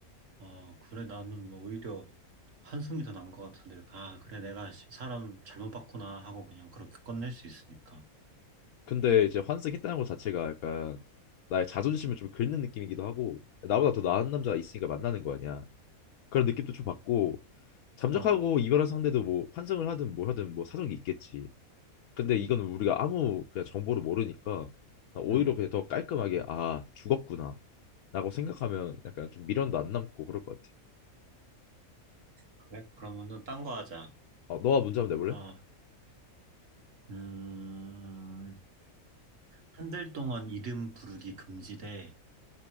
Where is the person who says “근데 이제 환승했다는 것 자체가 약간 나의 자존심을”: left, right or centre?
Left